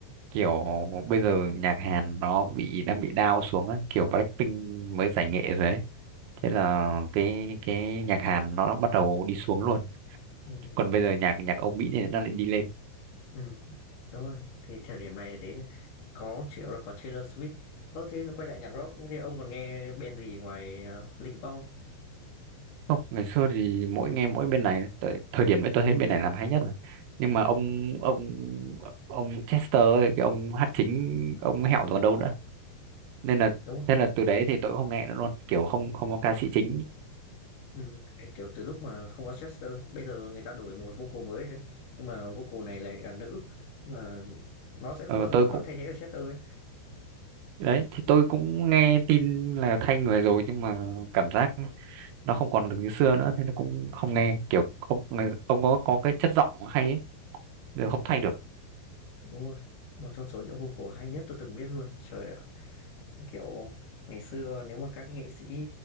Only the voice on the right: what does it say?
kiểu bây giờ nhạc Hàn nó bị đang bị down xuống ấy. kiểu Blackpink mới giải nghệ rồi ấy thế là
cái cái nhạc Hàn nó bắt đầu đi xuống luôn
còn bây giờ nhạc nhạc Âu Mỹ thì nó lại đi lên
không ngày xưa thì mỗi nghe mỗi bên này thời, thời điểm đấy tôi thấy bên này làm hay nhất rồi nhưng mà
ông ông ông Chester ấy, cái ông hát chính ông hẹo rồi còn đâu nữa nên là
thế là từ đấy thì tôi cũng không nghe nữa luôn kiểu không không có ca sĩ chính
Ờ,
tôi cũng
đấy thì tôi cũng nghe tin là thay người rồi nhưng mà cảm giác nó không còn được như xưa nữa thế nó cũng không nghe kiểu ông người- ông có có cái chất giọng hay ấy giờ
không thay được